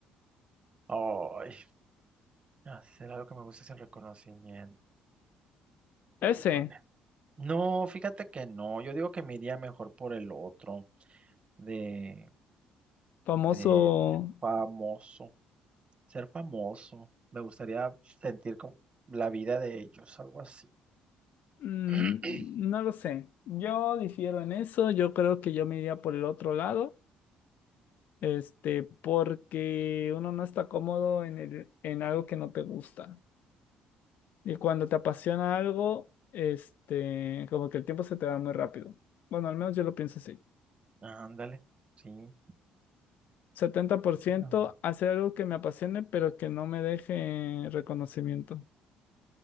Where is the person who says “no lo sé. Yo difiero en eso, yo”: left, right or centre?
Left